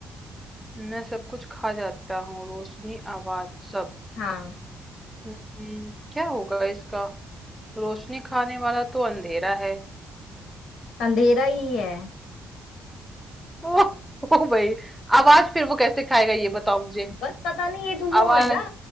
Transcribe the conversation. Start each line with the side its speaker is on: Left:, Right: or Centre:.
Centre: मैं सब कुछ खा जाता हूँ रोशनी आवाज सब
Left: हाँ
Centre: हम्म, क्या होगा इसका रोशनी खाने वाला तो अंधेरा है
Left: अंधेरा ही है
Centre: ओ, ओ भाई आवाज फिर वो कैसे खाएगा ये बताओ मुझे
Left: बस पता नहीं ये तो वो
Centre: आवाज
Left: है ना